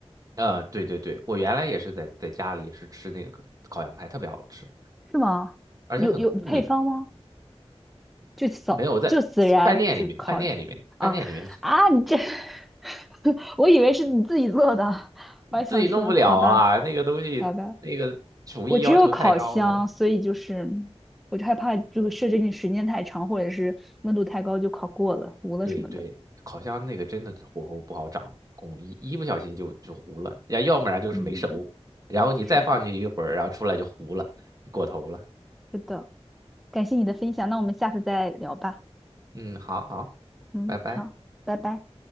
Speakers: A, on the right (about 35°); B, in the centre.
A: 呃，对对对，我原来也是在在家里也是吃那个烤羊排，特别好吃，
B: 是吗？
A: 而且很贵，
B: 有有配方吗？就扫就死然就烤
A: 没有在饭店里面，饭店里面，
B: 啊啊！
A: 饭店里面。
B: 你这，<laughs> 我以为是你自己做的，我还想说好吧
A: 自己弄不了啦，那个东西那个厨艺要求太高了。
B: 好吧，我只有烤箱，所以就是我就害怕这个设置你时间太长或者是温度太高就烤过了糊了什么的。
A: 对对，烤箱那个真的火候不好掌控，一一不小心就就糊了，要要不然就是没熟，
B: 嗯，
A: 然后你再放进去一会儿，
B: 是的，
A: 然后出来就糊了，就过头了。
B: 是的，感谢你的分享，那我们下次再聊吧。
A: 嗯，好好，
B: 嗯，
A: 拜拜。
B: 好，拜拜。